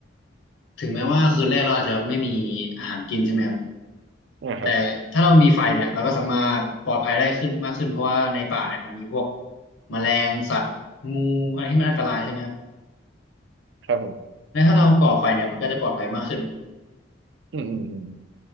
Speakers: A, on the left; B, on the right.
A: ถึงแม้ว่าคืนแรกเราอาจจะไม่มีอาหารกินใช่ไหมครับ
B: อ่าครับ
A: แต่ถ้าเรามีไฟเนี่ยเราก็สามารถปลอดภัยได้ขึ้นมากขึ้นเพราะว่าในป่าเนี่ยมันมีพวกแมลงสัตว์งูอะไรที่มันอันตรายใช่ไหมครับ
B: ครับผม
A: และถ้าเราก่อไฟเนี่ยมันก็จะปลอดภัยมากขึ้น
B: อืมอืมอืม